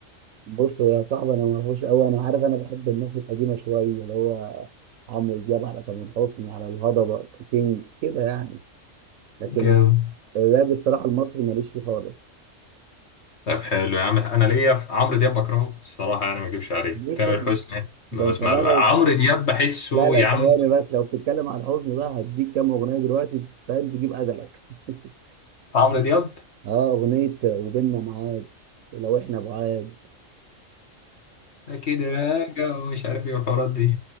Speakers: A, on the right (about 90°); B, on the left (about 60°).
A: بص يا صاحبي انا ما اعرفوش قوي انا عارف انا بحب الناس القديمه شويه اللي هو عمرو دياب على تامر حسني على الهضبه كينج كده يعني لكن
B: جامد
A: الراب الصراحه المصري ماليش فيه خالص
B: طب حلو يا عم انا ليا في عمرو دياب بكرهه الصراحه يعني ما اكدبش عليك
A: ليه
B: تامر
A: كده
B: حسني
A: ده
B: ما بسمع
A: انت بقى
B: له
A: لو
B: عمرو دياب بحسه
A: لا لا
B: يا
A: ثواني
B: عم
A: بس لو بتتكلم عن الحزن بقى هديك كام اغنيه دلوقتي فاهم تجيب اجلك <laughs>
B: عمرو دياب
A: اه اغنيه وبيننا معاد لو احنا بعاد
B: اكيد راجع ومش عارف ايه والحوارات دي